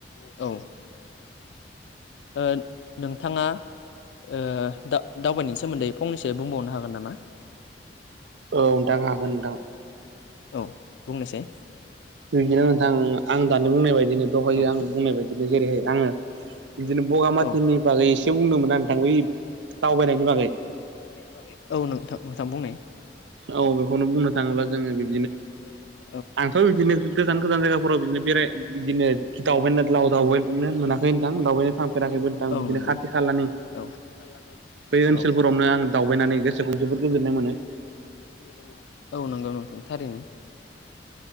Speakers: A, on the left (about 80°); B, on the right (about 80°).
A: औ ओ नोंथाङा ओ दा-दावबायनायनि सोमोन्दै फंनैसो बुंबावनो हागोन नामा?
B: औ नोंथां हागोन नोंथां।
A: औ बुंनायसाय।
B: बिदिनो नोंथां आं दानि बुंनाय बायदिनो दहायो
A: औ
B: आं बुंनाय बायदिनो जेरैहाय आङो बिदि बगामाथिनि
A: औ
B: बागै एसे बुंदोंमोन ना नोंथां बै दावबायनायनि बागै
A: दावबायनायनि बागै? औ नोंथां नोंथां बुंनाय।
B: औ बेखौनो बुंनो थाङोब्ला जोङो बि
A: बुंनो थाङोब्ला जोङो
B: आंथ' बिदिनो गोजान-गोजान जायगाफोराव बिदिनो बेराय बिदिनो दावबायनो लाव दावबायनो मोनाखै।
A: दावबायनो
B: नोंथां थांफेराखैबो
A: मोनाखै नोंथां ।औ
B: बिदिनो
A: नंगौ,
B: खाथि
A: औ
B: खालानि
A: बिदिनो खाथि-खालानि
B: बै ओनसोलफोरावनो
A: औ
B: आं
A: बै
B: दावबायनानै
A: ओनसोलफोरावनो
B: गोसोखौ जोबोद
A: आङो
B: गोजोननाय
A: दावबायनानै
B: मोनो
A: गोेसोखौबो जोबोद जोननाय मोनो। औ नोंगौ नोंथां थारैनो।